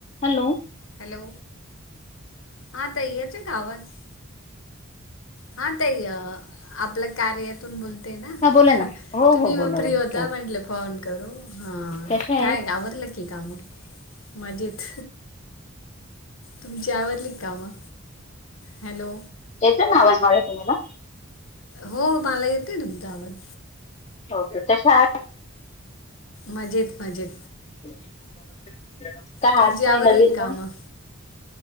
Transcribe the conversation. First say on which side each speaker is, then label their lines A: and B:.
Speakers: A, on the left; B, on the left.
A: Hello
B: hello, हा ताई, एतोय का आवाज? हा ताई, अ आपल्या कार्यातून बोल तेना
A: हा बोला ना हो
B: तुम्ही
A: हो बोला
B: फ्री
A: बोला
B: होता
A: हो
B: म्हटलं पोन करू. हा
A: कशा
B: काय
A: आहे?
B: आवरलं की काम मजेत, तुमची आवरली कामं? हॅलो
A: एतोय ना आवाज माया तुम्हाला?
B: हो मला येतोय तुमचा आवाज
A: हो का कशा आहात?
B: मजेत, मजेत
A: काय,
B: तुमची
A: आज काय
B: आवरली
A: नवीन
B: कामं
A: म?